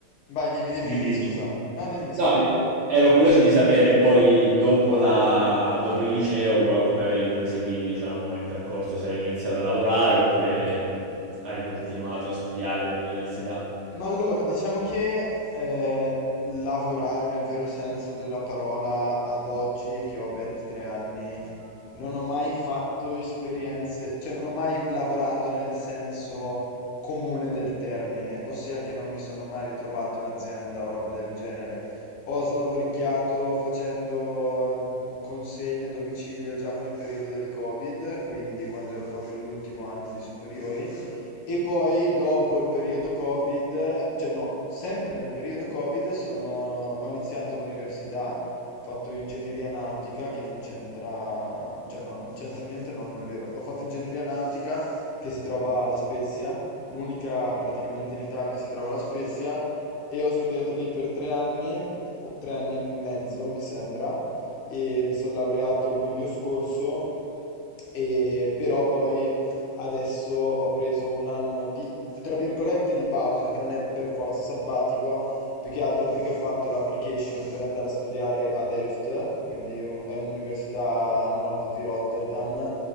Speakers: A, on the left; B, on the right.
A: Vai, dimmi, dimmi,
B: Dimmi,
A: dimmi,
B: dimmi.
A: scusa. No, dimmi,
B: No,
A: scusa.
B: i- ero curioso di sapere poi dopo la, dopo il liceo qua- come avevi proseguito, diciamo, il percorso, se avevi iniziato a lavorare oppure hai continuato a studiare con l'università.
A: Ma allora, diciamo che eh, lavorare nel vero senso della parola ad oggi che ho 23 anni, non ho mai fatto esperienze, cioè non ho mai lavorato nel senso comune del termine, ossia che non mi sono mai ritrovato in azienda o robe del genere. Ho slavoricchiato facendo consegne a domicilio già con il periodo del Covid, quindi quando ero proprio all'ultimo anno di superiori. E poi dopo il periodo Covid, cioè no, sempre nel periodo Covid sono- ho iniziato l'università, ho fatto ingegneria nautica che non c'entra, cioè no, non c'entra niente, no, non è vero. Ho fatto ingegneria nautica che si trova alla Spezia, l'unica praticamente in Italia si trova alla Spezia e ho studiato lì per tre anni, qu- tre anni e mezzo mi sembra, e mi sono laureato luglio scorso, e però poi adesso ho preso un anno di, tra virgolette, di pausa, che non è per forza sabbatico, più che altro perché ho fatto l'application per andare a studiare a Delft, quindi un- è un'università a nord di Rotterdam,